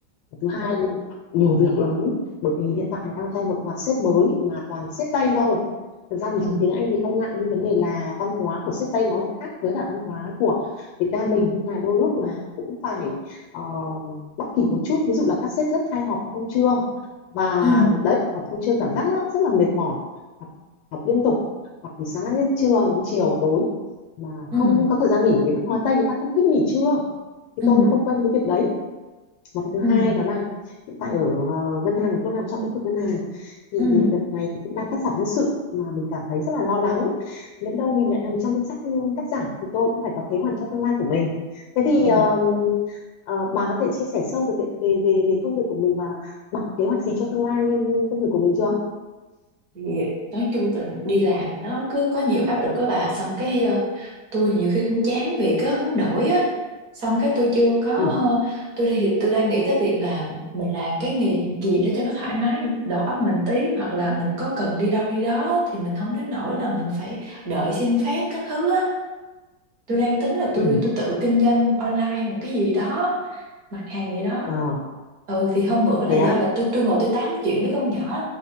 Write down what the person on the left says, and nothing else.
thứ hai là nhiều việc lắm bởi vì hiện tại là đang thay một loạt sếp mới mà toàn sếp Tây thôi thực ra thì
tiếng Anh thì không ngại nhưng vấn đề là văn hóa của sếp Tây nó lại khác với cả văn hóa của Việt Nam mình nên là đôi lúc là cũng phải ờ, bắt kịp một chút ví dụ là các sếp rất hay họp thông chương và
đấy họp thông chương cảm giác rất, rất là mệt mỏi họp, họp liên tục họp từ sáng đến trưa đến chiều tối mà
không có thời gian nghỉ bởi vì văn hóa Tây người ta không thích nghỉ trưa thì
tôi cũng không quen cái việc đấy mà cái thứ
hai đó là hiện tại ở ờ, ngân hàng tôi làm trong lĩnh vực ngân hàng thì
đợt này thì cũng đang cắt giảm nhân sự mà mình cảm thấy rất là lo lắng nhỡ đâu mình lại nằm trong danh sách cắt giảm thì tôi cũng phải có kế hoạch cho tương lai của mình thế thì
ờ, ờ, bà có thể chia sẻ sâu về cái- về về về công việc của mình và bà có kế hoạch gì cho tương lai công việc của mình chưa
ừ
ừ
ờ
thế
á